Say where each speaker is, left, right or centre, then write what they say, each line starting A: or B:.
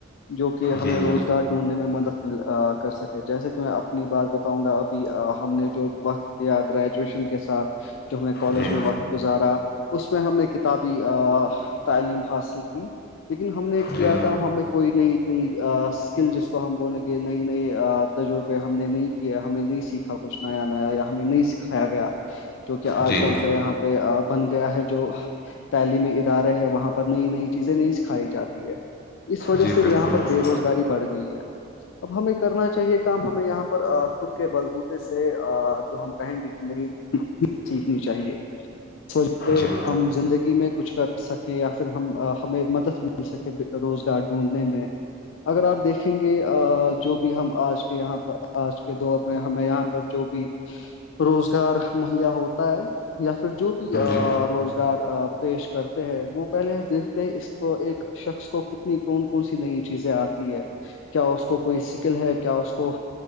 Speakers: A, on the left; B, on the left.
A: جو کہ ہمیں
B: جی
A: روزگار ڈھونڈنے میں مدد کر سکے جیسے کہ میں اپنی بات بتاؤں گا ابھی ہم نے جو وقت دیا گریجویشن کے ساتھ جو ہم نے کالج
B: جی
A: میں وقت گزارا اس میں ہم نے کتابی تعلیم حاصل کی لیکن ہم نے کیا
B: جی
A: کہ ہمیں کوئی نہیں نی اسکل جس کو ہم بولیں گے نئی نئی تجربے ہم نے نہیں کیا ہم نے نہیں سیکھا کچھ نیا نیا یا ہمیں نہیں سکھایا گیا جو کہ آج
B: جی
A: کل
B: جی
A: کا یہاں پہ بن گیا ہے جو تعلیمی ادارے ہے وہاں پر نئی نئی چیزیں نہیں سکھائی جاتی ہے اس وجہ
B: جی
A: سے
B: بالکل
A: بھی یہاں پر بے روزگاری بڑھ گئی ہے اب ہمیں کرنا چاہیے کہ کام ہمیں یہاں پر خود کے بلبوتے سے جو ہم کہیں گے کہ نہیں سیکھنی چاہیے سوچ
B: جی
A: ہم زندگی میں کچھ کر سکیں یا پھر ہم ہمیں مدد مل سکیں روزگار ڈھونڈنے میں اگر آپ دیکھیں گے جو بھی ہم آج یہاں پر آج کے دور میں ہمیں یہاں پر جو بھی روزگار مہیا ہوتا ہے یا پھر جو بھی
B: جی
A: روزار ار پیش کرتے ہیں وہ پہلے دیکھتے اس کو ایک شخص کو ک نی کون کون سی نئی چیزیں آتی ہے کیا اس کو کوئی سکل ہے کیا اس کو